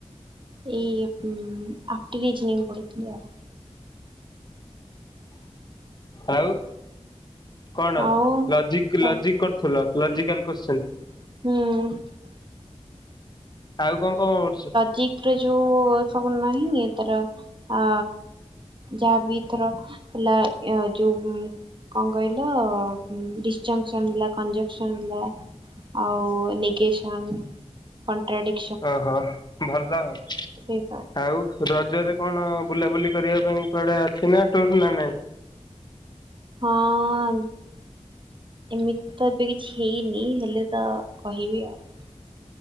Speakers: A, on the right; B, on the left.
A: ଏଇ ଆପଟିରିଜିନିଙ୍ଗ୍ ପଢ଼ୁଥିଲି ଆଉ।
B: ଆଉ କଣ
A: ଆଉ
B: ଲଜିକ୍ ଲଜିକ୍?
A: ଆଉ
B: କରୁଥିଲ ଲଜିକାଲ କରୁସନ୍ତି।
A: ହୁଁ।
B: ଆଉ କଣ <inaudible>
A: କିକ ର ଜଉ ସବୁ ନାହିଁ ତାର। ଆ ଯାହାବି ଥର ହେଲା ଯୋଉ କଣ କହିଲ ଡିସଂସନ ହେଲା କଂଜକସନ ହେଲା। ଆଉ ନିଗେସନ କଣ୍ଟ୍ରାଡ଼ିକ।
B: ଓହୋ ଭଲ ଆଉ।
A: ଥିବ।
B: ଆଉ ରଜରେ କଣ ବୁଲାବୁଲି କରିବା ପାଇଁ କୁଆଡେ ଅଛି ନା ଟୁର ନା ନାଇଁ?
A: ହଁ ଅଁ ଏମିତି ତ ଏବେ କିଛି ହେଇନି ହେଲେ ତ କହିବି ଆଉ।